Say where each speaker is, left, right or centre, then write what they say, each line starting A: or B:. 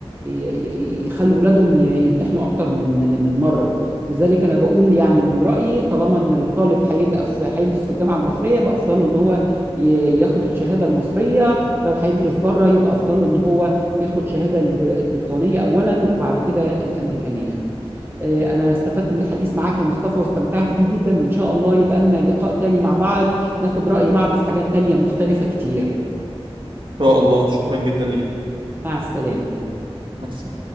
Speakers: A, on the right; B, on the right.
A: ي- يخلوا ولادهم ي- يمتحنوا أكتر من من مرة لذلك أنا بقول يعني من رأيي طالما إن الطالب هيبقى في هيدرس في الجامعة المصرية يبقى أفضل له إن هو ي- ياخد الشهادة المصرية لو هيدرس بره يبقى أفضل له إن هو ياخد شهادة البر... البريطانية أولا وبعد كده الأمريكانية آه، انا استفدت من الحديث معاك يا مصطفى واستمتعت بيه جدا وان شاء الله يبقى لنا لقاء تاني مع بعض ناخد رأي بعض في حاجات تانية مختلفة كتير
B: ان شاء الله شكرا جدا
A: مع السلامة
B: ليك